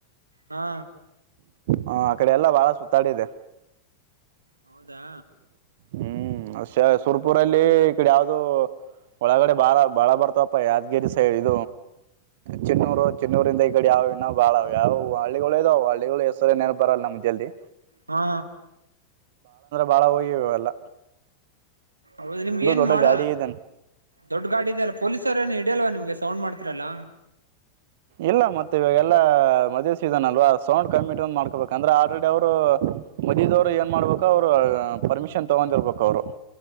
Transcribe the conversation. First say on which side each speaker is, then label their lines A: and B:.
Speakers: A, on the right; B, on the right.
A: ಹಾ
B: ಹಾ ಆ ಕಡೆ ಎಲ್ಲಾ ಬಾಳ ಸುತ್ತಾಡಿದೆ
A: ಹೌದಾ
B: ಹ್ಮ್ ಅ ಸುರ್ಪುರಲ್ಲಿ ಈ ಕಡೆ ಯಾವ್ದ ಒಳಗಡೆ ಬಾಳ ಬಾಳ ಬರ್ತಾವಪ್ಪ ಯಾದಗಿರಿ ಸೈಡ್ ಇ ಚಿನ್ನೂರು ಚಿನ್ನೂರಿಂದ ಈ ಕಡೆ ಯಾವ ಇನ್ನಾವ್ ಬಾಳ ಯಾವ್ ಹಳ್ಳಿಗಳು ಇದಾವ ಹಳ್ಳಿಗಳು ಹೆಸರನ ಬರಲ್ಲ ನಮ್ ಜಲ್ದಿ
A: ಹಾ
B: ಬಾಳ ಹಯ್ಯವಲ್ಲ
A: ಹೌದು ನಿಮ್ಗೆ ಏನ್
B: ದೊಡ್ಡ
A: ಮಾಡ
B: ಗಾಡಿ ಇದೆ
A: ದೊಡ್ ಗಾಡಿ ಇದಲ್ಲ ಪೊಲೀಸರ ಏನ್ ಇಲ್ವಾ ನಿಮ್ಗೆ ಸೌಂಡ್ ಮಾಡ್ತರಲ್ಲ
B: ಇಲ್ಲ ಮತ್ತೆ ಇವಾಗ ಎಲ್ಲ ಮದೀದ್ ಸೀಸನ್ ಅಲ್ವಾ ಸೌಂಡ್ ಕಮ್ಮಿಟ್ ಒಂದ್ ಮಾಡ್ಕೊಬೇಕ ಅಂದ್ರೆ ಆಲ್ರೆಡಿ ಅವ್ರು ಮದೀದ್ ಅವರು ಏನ್ ಮಾಡ್ಬೇಕು ಅವ್ರು ಪರ್ಮಿಷನ್ ತಗೊಂಡಿರ್ಬೇಕ ಅವ್ರು <inaudible>